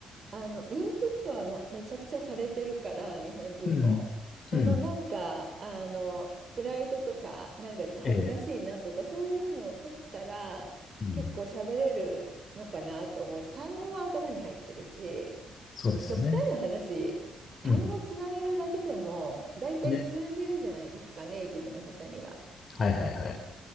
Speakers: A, on the right (about 45°); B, on the left (about 40°).
A: あの、インプットはもうめちゃくちゃされてるから、日本人も。
B: うん。
A: そのなんか、
B: うん。
A: あの、プライドとか、なんか恥ずかしいなとか、
B: ええ。
A: そういうのを取ったら、
B: うん。
A: 結構喋れるのかなと思うし、単語は頭に入ってるし、
B: そうですよね。
A: 極端な話、単語つなげるだけでも、
B: うん。
A: 大体通じるじゃないですか、
B: ね。
A: ネイティブの方には。
B: はいはいはい。